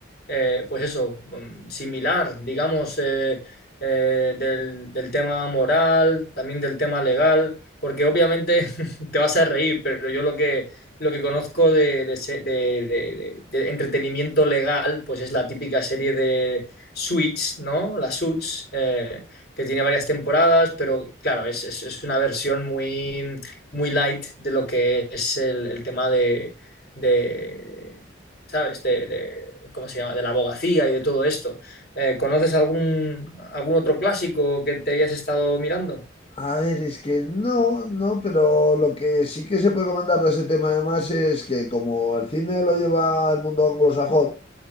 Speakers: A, on the left; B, on the left.
A: eh, pues eso, mm, similar, digamos, eh, eh, del, del tema moral, también del tema legal? Porque obviamente <laughs> te vas a reír, pero yo lo que, lo que conozco de, de se- de- de- de- de entretenimiento legal, pues es la típica serie de Suits, ¿no? La Suits, eh, que tiene varias temporadas, pero claro, es, es- es una versión muy, muy light de lo que es el, el tema de, de, ¿sabes? De, de- ¿cómo se llama? De la abogacía y de todo esto. Eh, ¿conoces algún, algún otro clásico que te hayas estado mirando?
B: A ver, es que no, no, pero lo que sí que se puede comentar de ese tema además es que como el cine lo lleva el mundo anglosajón,